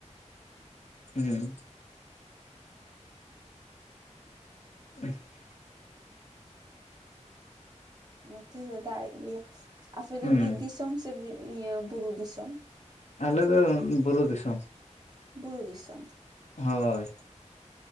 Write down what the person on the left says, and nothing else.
ᱦᱩᱸ᱾ <inaudible>
ᱦᱩᱸ
ᱟᱞᱮ ᱫᱚ ᱵᱩᱨᱩ ᱫᱤᱥᱚᱢ᱾
ᱦᱳᱭ᱾